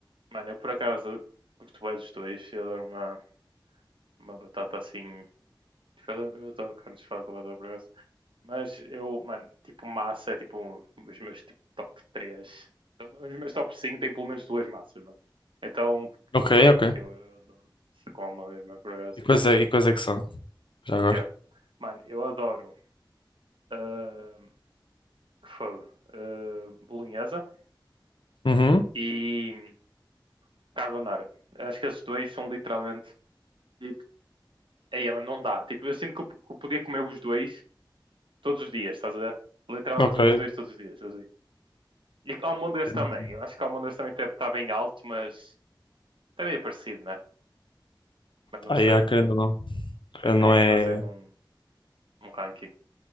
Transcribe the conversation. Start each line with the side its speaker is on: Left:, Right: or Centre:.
Right: Mano, eu por acaso curto bem dos dois. Eu adoro uma, uma batata assim... Eu adoro carne estufada com batata, por acaso. Mas eu, mano, tipo, massa é tipo os meus tipo, top 3. Os meus top 5 têm pelo menos duas massas, mano. Então, tipo,
Left: Ok,
Right: mano,
Left: ok.
Right: eu, eu adoro massa com uma mesma progresso.
Left: E quais é, e quais é que são? Já
Right: O
Left: agora?
Right: quê? Mano, eu adoro uh, fogo, ah, bolonhesa
Left: Uhum.
Right: e carbonara. Acho que esses dois são literalmente tipo, ei, mano, não dá. Tipo, eu sinto que eu, que eu podia comer os dois todos os dias, estás a ver? Literalmente
Left: Ok,
Right: os dois todos os dias, assim. E Almôndegas
Left: ok.
Right: também. Eu acho que Almôndegas também deve estar bem alto, mas também é parecido, né? Mas não
Left: Ah,
Right: sei.
Left: yeah, querendo ou não. Querendo
Right: Eu teria
Left: ou não é,
Right: que fazer um, um ranking.